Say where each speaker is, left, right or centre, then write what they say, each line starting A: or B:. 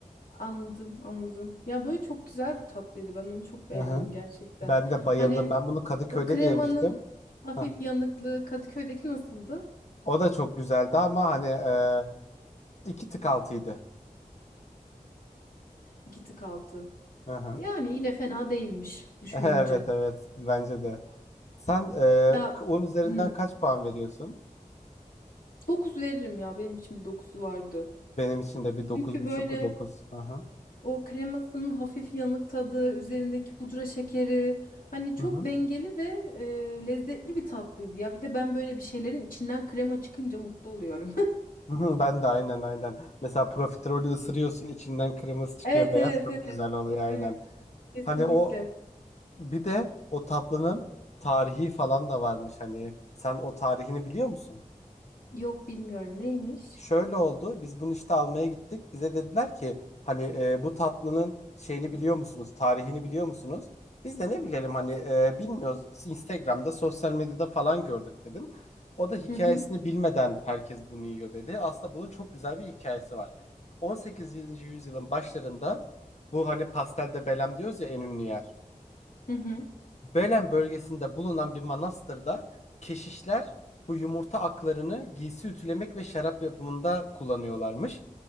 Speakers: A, on the left; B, on the left.
A: Anladım, anladım. Ya böyle çok güzel bir tatlıydı. Ben onu çok beğendim
B: Hı hı.
A: gerçekten.
B: Ben de bayıldım.
A: Hani
B: Ben bunu Kadıköy'de
A: o kremanın
B: de yemiştim.
A: hafif
B: Hah.
A: yanıklığı Kadıköy'deki nasıldı?
B: O da çok güzeldi ama hani e, iki tık altıydı.
A: İki tık altı.
B: Hı hı.
A: Yani yine fena değilmiş
B: <laughs>
A: düşününce.
B: Evet evet bence de. Sen eee
A: Ya
B: 10 üzerinden
A: hı,
B: kaç puan veriyorsun?
A: dokuz veririm ya. Benim için bir dokuzu vardı.
B: Benim için de bir
A: Çünkü
B: 9,5'lu
A: böyle
B: 9. Aha.
A: o kremasının hafif yanık tadı, üzerindeki pudra şekeri hani çok
B: Hı hı.
A: dengeli ve e, lezzetli bir tatlıydı ya. Bir de ben böyle bir şeylerin içinden krema çıkınca mutlu oluyorum.
B: Hı hı, hı, Ben de aynen aynen. Mesela profiterolü ısırıyorsun içinden kırmızı çıkıyor
A: Evet
B: beyaz
A: evet
B: çok
A: evet.
B: güzel oluyor aynen.
A: Evet. Kesinlikle.
B: Hani o bir de o tatlının tarihi falan da varmış hani. Sen o tarihini biliyor musun?
A: Yok bilmiyorum neymiş.
B: Şöyle oldu. Biz bunu işte almaya gittik. Bize dediler ki hani e, bu tatlının şeyini biliyor musunuz? Tarihini biliyor musunuz? Biz de ne bilelim hani e, bilmiyoruz. Instagram'da, sosyal medyada falan gördük dedim. O da hikayesini
A: Hı hı
B: bilmeden herkes bunu yiyor dedi. Aslında bunun çok güzel bir hikayesi var. 18. yüzyılın başlarında bu hani pastel de Belem diyoruz ya en ünlü yer.
A: hı hı.
B: Belen bölgesinde bulunan bir manastırda keşişler bu yumurta aklarını giysi ütülemek ve şarap yapımında kullanıyorlarmış.